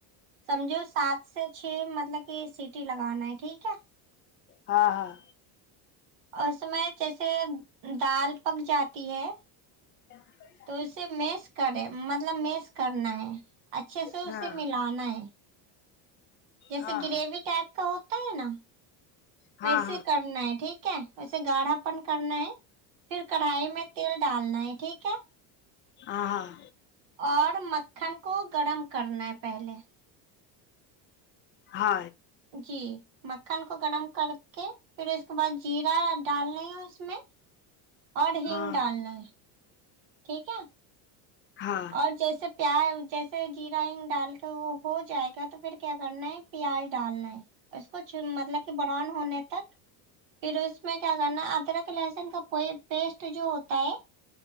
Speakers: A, on the right; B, on the left.
A: سمجھو سات سے چھ مطلب کہ سیٹی لگانا ہے ٹھیک ہے
B: ہاں ہاں
A: اور اس میں جیسے دال پک جاتی ہے
B: <unintelligible>
A: تو اسے میس کرے مطلب میس کرنا ہے اچھے سے
B: ہاں
A: اسے ملانا ہے جیسے
B: ہاں
A: گریوی ٹائپ کا ہوتا ہے نا
B: ہاں
A: ویسے
B: ہاں
A: کرنا ہے ٹھیک ہے ویسے گاڑھا پن کرنا ہے پھر کڑھائی میں تیل ڈالنا ہے ٹھیک ہے
B: آ ہاں
A: اور مکھن کو گرم کرنا ہے پہلے
B: ہا
A: جی مکھن کو گرم کر کے پھر اس کے بعد جیرا ڈالنا ہے اس میں اور
B: ہاں
A: ہنگ ڈالنا ہے ٹھیک ہے
B: ہاں ہاں
A: اور جیسے پیاز جیسے جیرا ہینگ ڈال کے وہ ہو جائے گا تو پھر کیا کرنا ہے پیاز ڈالنا ہے اس کو چن مطلب کہ براؤن ہونے تک پھر اس میں کیا کرنا ادرک لہسن کا پوئی پیسٹ جو ہوتا ہے